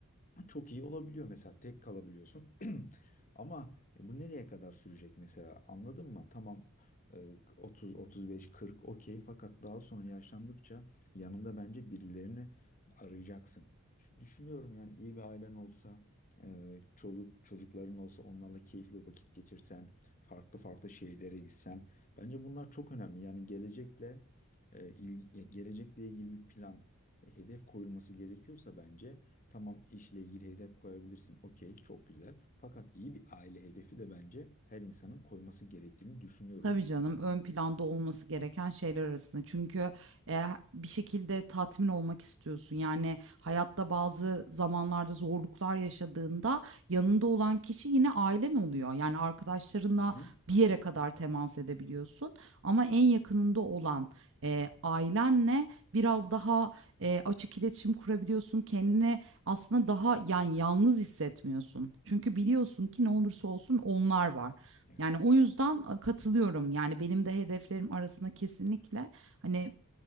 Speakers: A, on the left; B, on the right.
A: çok iyi olabiliyor mesela tek kalabiliyorsun <clears throat> ama e, bu nereye kadar sürecek mesela anladın mı? Tamam e, 30 35 40 okey fakat daha sonra yaşlandıkça yanında bence birilerini arayacaksın. Şu- Düşünüyorum yani iyi bir ailen olsa e, çoluk çocukların olsa onlarla keyifli vakit geçirsen farklı farklı şehirlere gitsen bence bunlar çok önemli yani gelecekle e, il- ya gelecekle ilgili bir plan e, hedef koyulması gerekiyorsa bence Tamam işle ilgili hedef koyabilirsin. Okey, çok güzel. Fakat iyi bir aile hedefi de bence her insanın koyması gerektiğini düşünüyorum.
B: Tabii canım, ön planda olması gereken şeyler arasında. Çünkü, eee, bir şekilde tatmin olmak istiyorsun. Yani hayatta bazı zamanlarda zorluklar yaşadığında yanında olan kişi yine ailen oluyor. Yani arkadaşlarınla
A: Hı hı.
B: bir yere kadar temas edebiliyorsun ama en yakınında olan, eee, ailenle biraz daha, eee, açık iletişim kurabiliyorsun. Kendini aslında daha, yani, yalnız hissetmiyorsun. Çünkü biliyorsun ki ne olursa olsun onlar var.
A: Evet.
B: Yani, o yüzden, aaa, katılıyorum. Yani, benim de hedeflerim arasında kesinlikle, hani,